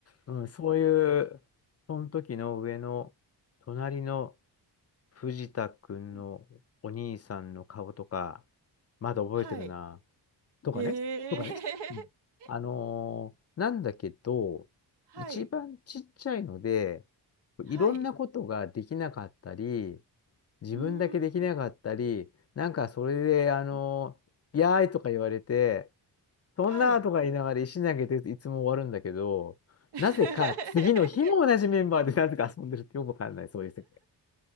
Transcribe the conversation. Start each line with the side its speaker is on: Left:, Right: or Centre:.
Left: うん、そういう、その時の上の、隣の、藤田くんのお兄さんの顔とか、
Right: うん
Left: まだ覚えてるな。
Right: はい。
Left: とかね。
Right: へえ。
Left: とかね。うんあのーなんだけど、
Right: <laughs> はい。
Left: 一番ちっちゃいので、
Right: はい。
Left: いろんなことができなかったり、自分だけできなかったり、
Right: うーん。
Left: なんかそれで、
Right: うん
Left: あのーやーいとか言われて、そんなーとか言いながら石投げていつも終わるんだけど、
Right: はい。<laughs>
Left: なぜか次の日も同じメンバーでなぜか遊んでるってよくわかんない、そういう世界。